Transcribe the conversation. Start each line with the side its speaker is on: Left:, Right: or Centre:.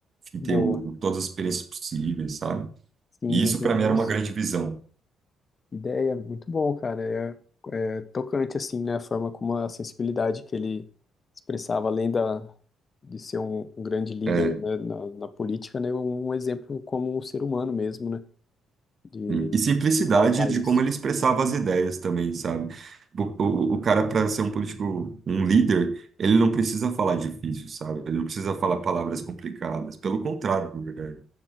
Right: que
Left: Boa.
Right: tem o, todas as experiências possíveis, sabe?
Left: Sim,
Right: E isso
Left: eu vejo
Right: para mim era
Left: isso.
Right: uma grande visão.
Left: Ideia, muito bom, cara. É, é tocante, assim, né? A forma como a sensibilidade que ele expressava, além da, de ser um, um grande líder,
Right: É,
Left: né, na, na política, né? Um um exemplo como um ser humano mesmo, né? De,
Right: sim. E simplicidade
Left: de pautar
Right: de
Left: isso.
Right: como ele expressava as ideias também, sabe? O, o, o cara, para ser um político, um líder, ele não precisa falar difícil, sabe? Ele não precisa falar palavras complicadas. Pelo contrário, na verdade.